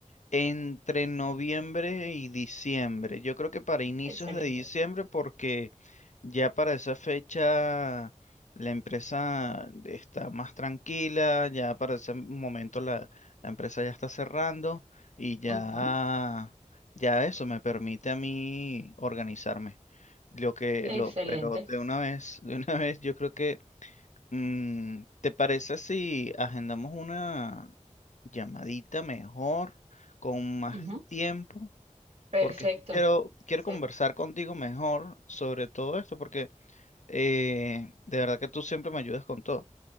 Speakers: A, on the left (about 65°); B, on the right (about 50°).
A: entre noviembre y diciembre. Yo creo que para inicios
B: Excelente.
A: de diciembre, porque ya para esa fecha la empresa está más tranquila, ya para ese momento la, la empresa ya está cerrando y ya,
B: Ujú.
A: ya eso me permite a mí organizarme. Lo que,
B: Excelente.
A: lo, pero de una vez, de una <laughs> vez, yo creo que Mm, ¿te parece si agendamos una llamadita mejor, con más
B: Ujú.
A: tiempo?
B: Perfecto.
A: Porque es que quiero, quiero
B: Perfecto.
A: conversar contigo mejor sobre todo esto, porque eh, de verdad que tú siempre me ayudas con todo.